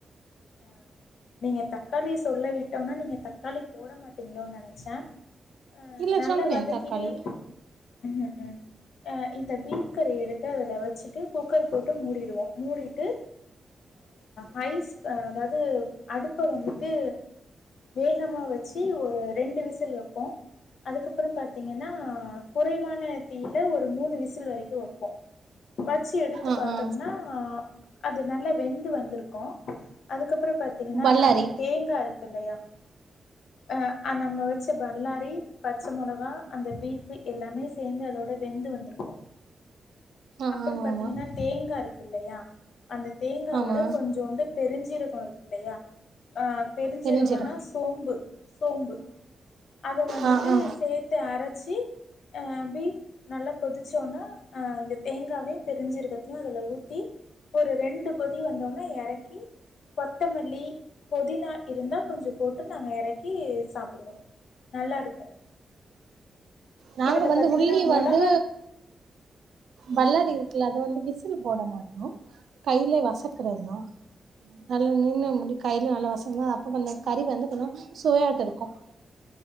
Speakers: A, on the left; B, on the right.
A: ஆ, நீங்க த தக்காளி சொல்ல விட்டோனா நீங்க தக்காளி போட மாட்டீங்ளோனு நெனைச்ச அ
B: இல்ல
A: நல்ல
B: சொன்னே
A: வதக்கிட்டே,
B: தக்காளி
A: ம், ம் அ இந்த பீஃப் கறி எடுத்து அதுல வச்சுட்டு குக்கர் போட்டு மூடிடுவோ மூடிட்டு ஹை அதாவது அடுப்ப வந்துட்டு வேகமா வச்சு ஒரு ரெண்டு விசில் வப்போ அதுக்கப்புறம் பாத்தீங்கன்னா குறைவான தீயில ஒரு மூனு விசில் வரைக்கும் வப்போம் வச்சு எடுத்து
B: ஆ
A: பாத்தோம்னா
B: ஆ
A: அது நல்லா வெந்து வந்துருக்கும் அதுக்கப்புறம் பாத்தீங்கன்னா
B: பல்லாரி
A: நாங்க தேங்கா இருக்கு இல்லையா ஆ அ நம்ம வச்ச பல்லாரி பச்ச மொளகா அந்த பீஃப் எல்லாமே சேந்து அதோட வெந்து வந்துருக்கும்
B: ஆ
A: அப்புறம்
B: ஆமா
A: பாத்தீங்கன்னா
B: ஆமா
A: தேங்கா இருக்கு இல்லையா அந்த தேங்காவோட
B: ஆமா
A: கொஞ்சோண்டுப் பெருஞ்சீரகம் இருக்கு இல்லையா ஆ பெருஞ்சீரகோன்னா
B: பெருஞ்சீர
A: சோம்பு சோம்பு அத வந்துட்டு
B: ஆ ஆ
A: சேத்து அரச்சி அ பீஃப் நல்லா கொதிச்சு தோன்னா அ இந்த தேங்காவையும் பெரிஞ்சிருக்கத்தையும் அதுல ஊத்தி ஒரு ரெண்டு கொதி வந்தோன் ழ எறக்கி கொத்தமல்லி புதினா இருந்தா கொஞ்சம் போட்டு நாங்க எறக்கி சாப்புடுவோம் நல்லா இருக்கும்
B: நாங்க
A: இதுல
B: வந்து
A: பாத்தீங்கன்னா
B: உள்ளி
A: மொளகாத்
B: வந்து பல்லாரி குல அத வந்து விசில் போட மாட்டோம் கையிலயே வசக்குறதுதா நல்லா நின்னு முடி கையில நல்லா வசங்கோ அப்ப கொஞ்சம் கறி வந்து போனா சோயாட இருக்கும்